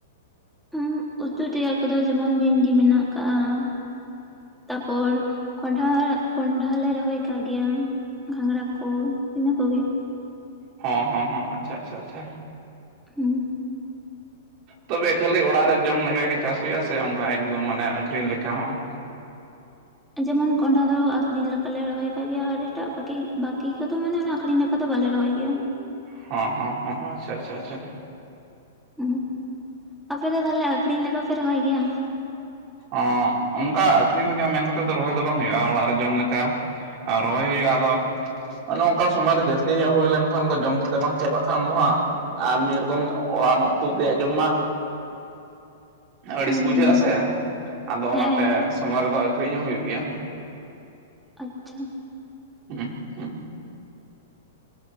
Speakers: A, in the centre; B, on the right (about 45°).
A: ᱩᱸ ᱩᱛᱩ ᱛᱮᱭᱟᱜ ᱠᱚᱫᱚ ᱡᱮᱢᱚᱱ ᱵᱷᱤᱱᱰᱤ ᱢᱮᱱᱟᱜ ᱟᱠᱟᱜ, ᱛᱟᱯᱚᱨ ᱠᱚᱸᱰᱷᱟ ᱠᱚᱸᱰᱷᱟ ᱞᱮ ᱨᱚᱦᱚᱭ ᱠᱟᱜ ᱜᱮᱭᱟ ᱜᱷᱟᱸᱜᱽᱨᱟ ᱠᱚ ᱤᱱᱟᱹ ᱠᱚᱜᱮ᱾
B: ᱦᱚᱸ ᱦᱚᱸ ᱟᱪᱪᱷᱟ ᱟᱪᱪᱷᱟ ᱟᱪᱪᱷᱟ᱾
A: ᱦᱩᱸ
B: ᱛᱚᱵᱮ ᱠᱷᱟᱹᱞᱤ ᱚᱲᱟᱜ ᱨᱮ ᱡᱚᱢ ᱞᱮᱠᱷᱟ ᱜᱮ ᱪᱟᱥ ᱪᱮᱜ ᱟ ᱥᱮ ᱚᱱᱠᱟ ᱮᱠᱫᱚᱢ ᱢᱟᱱᱮ ᱟᱹᱠᱷᱨᱤᱧ ᱞᱮᱠᱟ ᱦᱚᱸ
A: ᱡᱮᱢᱚᱱ ᱠᱚᱸᱰᱷᱟ ᱫᱚ ᱟᱠᱷᱨᱤᱧ ᱞᱮᱠᱟᱞᱮ ᱨᱚᱦᱚᱭ ᱠᱟᱜ ᱜᱮᱭᱟ ᱟᱨ ᱮᱴᱟ ᱵᱟᱠᱤ ᱵᱟᱠᱤ ᱠᱚᱫᱚ ᱢᱟᱱᱮ ᱚᱱᱟ ᱟᱠᱷᱨᱤᱧ ᱞᱮᱠᱟ ᱫᱚ ᱵᱟᱞᱮ ᱨᱚᱦᱚᱭ ᱜᱮᱭᱟ
B: ᱦᱸᱸ ᱦᱮᱸ ᱟᱪᱷᱟ ᱟᱪᱷᱟ ᱟᱪᱷᱟ
A: ᱦᱩᱸ ᱟᱯᱮ ᱫᱚ ᱛᱟᱦᱞᱮ ᱟᱠᱷᱨᱤᱧ ᱞᱮᱠᱟ ᱯᱮ ᱨᱚᱦᱚᱭ ᱜᱮᱭᱟ
B: ᱮᱫ ᱚᱱᱠᱟ ᱟᱹᱠᱷᱨᱤᱧ ᱞᱮᱠᱟ ᱢᱮᱱ ᱠᱟᱛᱮᱫ ᱫᱚ ᱨᱚᱦᱚᱭ ᱫᱚ ᱵᱟᱝ ᱦᱩᱭᱩᱜᱼᱟ ᱚᱲᱟᱜ ᱨᱮ ᱡᱚᱢ ᱞᱮᱠᱟ ᱨᱚᱦᱚᱭ ᱦᱩᱭᱩᱜ ᱟ ᱟᱫᱚ ᱚᱱᱮ ᱚᱱᱠᱟ ᱥᱚᱢᱚᱭ ᱨᱮ ᱡᱟᱹᱥᱛᱤ ᱧᱚᱜ ᱦᱩᱭ ᱞᱮᱱᱠᱷᱟᱱ ᱫᱚ ᱡᱚᱢ ᱠᱟᱛᱮ ᱵᱟᱝ ᱪᱟᱵᱟᱜ ᱠᱷᱟᱱ ᱫᱚ ᱦᱟᱸᱜ ᱟᱨ ᱢᱤᱫ ᱨᱚᱠᱚᱢ ᱚᱲᱟᱜ ᱨᱮᱱᱟᱜ ᱩᱛᱩ ᱛᱮᱭᱟᱜ ᱡᱚᱢ ᱢᱟ ᱟᱹᱲᱤᱥ
A: ᱦᱩᱸ
B: ᱵᱩᱡᱷᱟᱹᱜ
A: ᱦᱩᱸ
B: ᱟ ᱥᱮ ᱟᱫᱚ ᱚᱱᱟᱛᱮ
A: ᱦᱮᱸ
B: ᱥᱚᱢᱚᱭ ᱨᱮᱫᱚ ᱟᱹᱷᱨᱤᱧ ᱦᱚᱸ ᱦᱩᱭᱩᱜ ᱜᱮᱭᱟ
A: ᱟᱪᱪᱷᱟ
B: ᱦᱮᱸ ᱦᱮᱸ